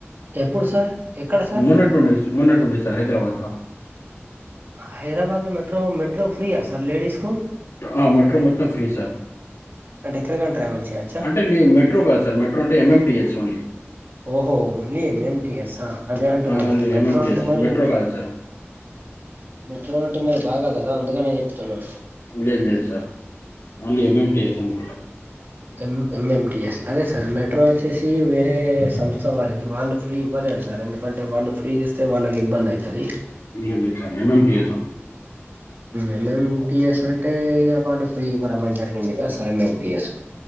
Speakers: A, on the right (about 45°); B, on the left (about 75°).
A: ఎప్పుడు సార్ ఎక్కడ సార్
B: మొన్నట్ నుండి మొన్నట్ నుండె సార్ హైదరాబాద్ ల
A: హైదరాబాద్లో మెట్రో మెట్రో ఫ్రీయా సార్ లేడీస్కు
B: అ మెట్రో మొత్తం ఫ్రీ సార్
A: అంటే ఎక్కడికైనా ట్రావెల్ చేయొచ్చా
B: అంటే మెట్రో కాదు సార్ మెట్రో అంటే ఎంఎంటిఎస్ ఓన్లీ
A: ఓహో ఓన్లీ ఏంఏంటిఎస్సా అదే అంటున్నాను
B: ఆ! ఓన్లీ
A: సార్ మెట్రో
B: ఎంఎంటీఎస్
A: అంటే మరి
B: మెట్రో కాదు సార్
A: మెట్రో అంటే మరి బాగా కదా అందుకనే చెప్తున్నాడు
B: లేద్ లేద్ సార్ ఓన్లీ ఎంఎంటీఎస్ అనుకుంటా
A: ఎం ఎంఎంటిఎస్ అదే సార్ మెట్రో వచ్చేసి వేరే సంస్థ వారిది వాళ్ళు ఫ్రీ ఇవ్వలేడు సార్ ఎందుకంటే వాళ్ళు ఫ్రీ చేస్తే వాళ్ళకి ఇబ్బంది అయితది
B: ఇయ్యలేరు సార్ ఎంఎంటీఎస్ అవును
A: ఎంఎంటిఎస్ అంటే ఈగ వాళ్ళు ఫ్రీ ఇవ్వడం జరిగింది కదా సార్ ఎంఎంటిఎస్లో